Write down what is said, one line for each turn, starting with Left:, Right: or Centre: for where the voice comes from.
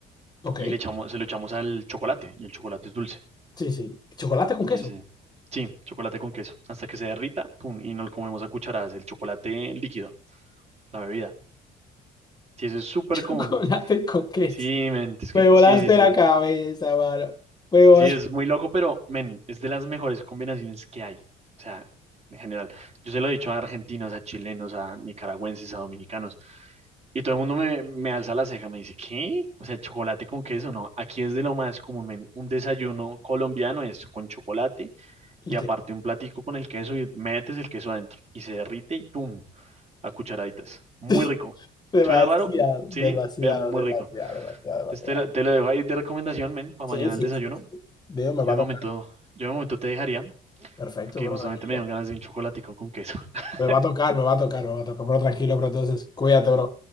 Left: ok,
Right: y le echamos, se lo echamos al chocolate, y el chocolate es dulce.
Left: sí, sí. ¿Chocolate con
Right: Entonces,
Left: queso?
Right: sí, chocolate con queso, hasta que se derrita, pum, y nos lo comemos a cucharadas, el chocolate líquido, la bebida. Sí, eso es súper
Left: <laughs> Chocolate
Right: común.
Left: con queso.
Right: Sí, men, es que,
Left: Me volaste
Right: sí, sí, sí.
Left: la cabeza, mano. Me volaste.
Right: Sí, es muy loco, pero, men, es de las mejores combinaciones que hay. O sea, en general. Yo se lo he dicho a argentinos, a chilenos, a nicaragüenses, a dominicanos. Y todo el mundo me, me alza la ceja, me dice, ¿qué? O sea, chocolate con queso, no. Aquí es de lo más común, men. Un desayuno colombiano es con chocolate
Left: ¿Y
Right: y aparte
Left: qué?
Right: un platico con el queso y metes el queso adentro y se derrite y ¡tum! A cucharaditas. Muy
Left: <laughs>
Right: rico.
Left: Demasiado,
Right: Suena raro, sí,
Left: demasiado,
Right: pero muy
Left: demasiado,
Right: rico.
Left: demasiado, demasiado.
Right: Entonces te, la- te lo dejo ahí de recomendación, men, para
Left: Sí,
Right: mañana
Left: sí,
Right: el desayuno.
Left: sí. sí. Dios, me
Right: Yo
Left: va
Right: de
Left: a
Right: momento,
Left: tocar.
Right: yo de momento te dejaría,
Left: Perfecto,
Right: porque
Left: bro,
Right: justamente
Left: tranquilo.
Right: me dieron ganas de un chocolatico con queso. <laughs>
Left: Me va a tocar, me va a tocar, me va a tocar, bro, tranquilo, bro. Entonces, cuídate, bro.